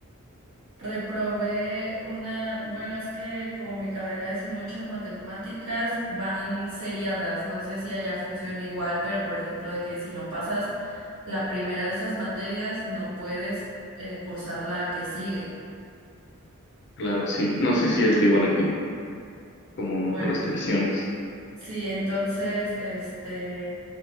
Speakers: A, on the right; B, on the left.
A: Reprobé una, bueno, es que como mi carrera es muchas matemáticas, van seriadas. No sé si allá funciona igual, pero por ejemplo, de que si no pasas la primera de esas materias, no puedes eh, cursar la que sigue.
B: Claro, sí. No, sí, sí, es igual aquí, como
A: Bueno,
B: restricciones.
A: Sí, entonces, este,